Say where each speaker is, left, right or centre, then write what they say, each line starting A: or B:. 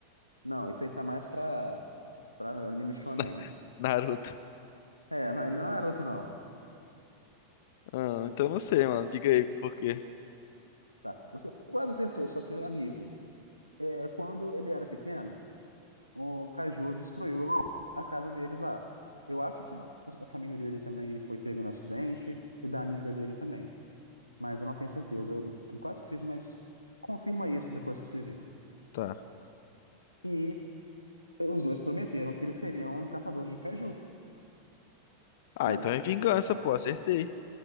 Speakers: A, on the left; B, on the left.
A: Não, isso aí tá mais pra, pra anime shonen.
B: <laughs> Naruto.
A: É, não, ele não é Naruto, não.
B: Ah, então não sei, mano. Diga aí por quê.
A: Tá. Você quase acertou, só que é amigo. É, quando ele era pequeno, o Kaiju destruiu a casa deles lá. Eu acho que a família dele também foi pega no acidente e da amiga dele também. Mas eu não tenho certeza. Eu Tenho quase certeza, mas confirma isso depois que você vê.
B: Tá.
A: E os dois prometeram que eles seriam caçadores de Kaiju,
B: Ah,
A: né?
B: então é vingança, pô, acertei.